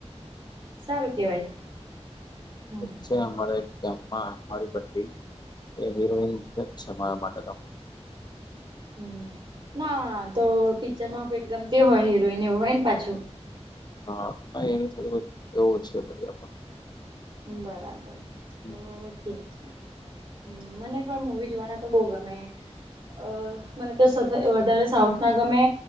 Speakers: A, on the right (about 45°); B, on the left (about 40°).
A: સારું કેવાય. હમ
B: એક છે, અમારે ગામમાં અમારી બંડી એ હરોઈનજ છે મારા માટે તો.
A: હમ્મ, ના, તો પિક્ચરમાં કોઈ ગમતી હોય હિરોઈન, એવું હોય ને પાછું.
B: હા, નહી એની થોડીધ એ ઓછી બધે પણ
A: બરાબર,
B: આપણ
A: તો ઠીક છે. હમ્મ, મને પણ મુવી જોવાના તો બહું ગમે. અ, મને તો સથ વધારે સાઉથ ના ગમે.